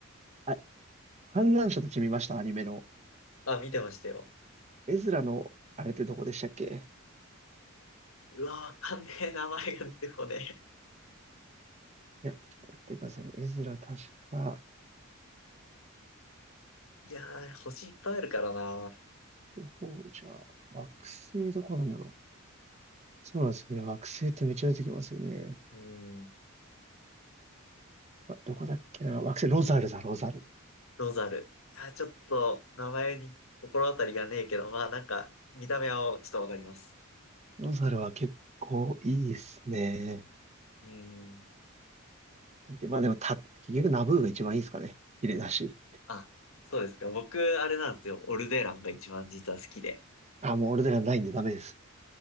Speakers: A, on the right; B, on the left.
A: あ、反乱者たち見ました、アニメの。
B: あ、見てましたよ。
A: エズラの、あれってどこでしたっけ
B: うわ、わかんねえ、名前が出てこねえ。
A: いや、ちょっと待ってくださいね。エズラ確か、
B: いやー、星いっぱいあるからな。
A: どこじゃ、惑星どこなんだろう。そうなんですよね。惑星ってめっちゃ出てきますよね。
B: うん、
A: あどこだっけな。惑星、ロザルだ、ロザル。
B: ロザル。あー、ちょっと、名前に心当たりがねえけど、まあなんか、見た目はちょっとわかります。
A: ロザルは結構いいですね。
B: うん。
A: で、まあでもた、結局ナブーが一番いいですかね。綺麗だし。
B: あ、そうですか。僕、あれなんですよ。オルデランが一番実は好きで。
A: あ、もう俺はないんでダメです。